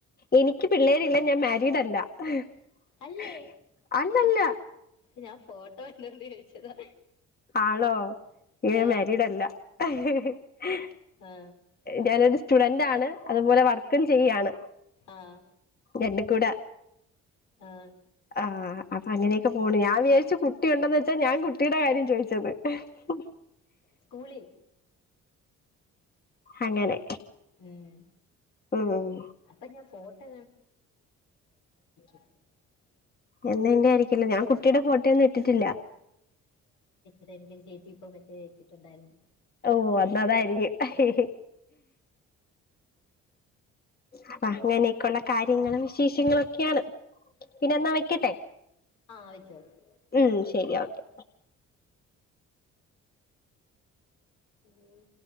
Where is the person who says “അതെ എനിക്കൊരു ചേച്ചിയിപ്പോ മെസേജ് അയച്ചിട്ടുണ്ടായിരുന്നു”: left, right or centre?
Left